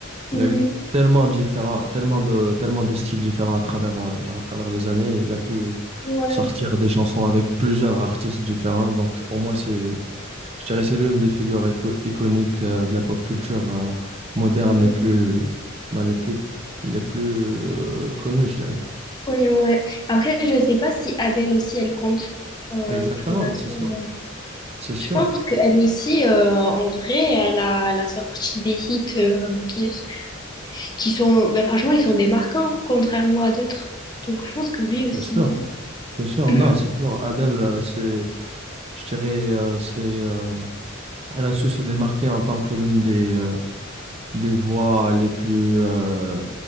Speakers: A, on the left; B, on the right.
A: Mhm.
B: Il a eu tellement différents, tellement de, tellement de styles différents à travers, euh, genre à travers les années. Il a pu
A: Ouais.
B: sortir des chansons avec plusieurs artistes différents. Donc pour moi, c'est, je dirais, c'est l'une des figures éco- iconiques euh, de la pop culture euh, moderne
A: mhm.
B: les plus, ben, les plus, les plus euh, connues, je dirais.
A: Oui, ouais. Après, je sais pas si Adèle aussi, elle compte euh,
B: Exactement,
A: pour notre.
B: ben, c'est sûr, c'est sûr,
A: Je pense qu'elle aussi, euh, en vrai, elle a, elle a sorti des hits euh, qui, qui sont, ben franchement, ils sont démarquants, contrairement à d'autres. Donc je pense que oui aussi,
B: c'est sûr,
A: non?
B: c'est sûr. Non,
A: <clears throat>
B: c'est sûr. Adele, euh, c'est, je dirais, euh, c'est, euh, elle a su se démarquer en tant que l'une des euh, des voix les plus, euh,